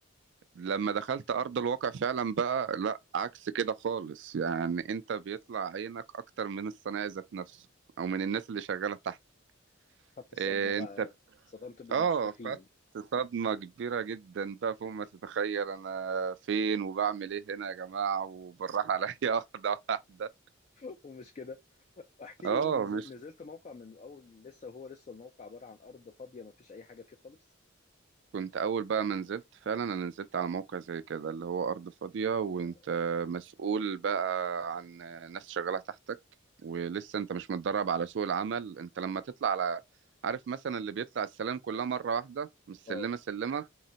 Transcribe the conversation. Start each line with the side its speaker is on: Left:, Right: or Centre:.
Right: لما دخلت ارض الواقع فعلا بقى لا عكس كده خالص يعني انت بيطلع عينك اكتر من الصنايعي ذات نفسه او من الناس اللي شغاله تحت
Left: خدت الصدمة
Right: إيه
Left: بقى
Right: انت بت-
Left: صدمت بالمشرفين
Right: اه خدت صدمة كبيرة جدا بقى فوق ما تتخيل انا فين وبعمل ايه هنا يا جماعة وبالراحة عليا <laughs> واحدة واحدة
Left: <laughs> ومش كده احكي
Right: اه
Left: لي قول لي نز-
Right: مش
Left: نزلت موقع من اول لسه هو لسه الموقع عبارة عن ارض فاضية ما فيش اي حاجة فيه خالص
Right: كنت اول بقى ما نزلت فعلا انا نزلت على موقع زي كده اللي هو ارض فاضية
Left: اه
Right: وانت مسؤول بقى عن ناس شغالة تحتك ولسه انت مش متدرب على سوق العمل انت لما تطلع على عارف مثلا اللي بيطلع السلام كلها مرة واحدة مش
Left: اه
Right: سلمة سلمة